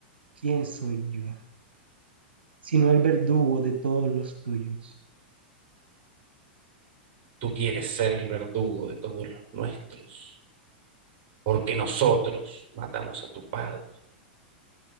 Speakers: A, on the right (about 75°); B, on the right (about 40°).
A: ¿quién soy yo? Sino el verdugo de todos los tuyos.
B: Tú quieres ser el verdugo de todos los nuestros, porque nosotros matamos a tu padre.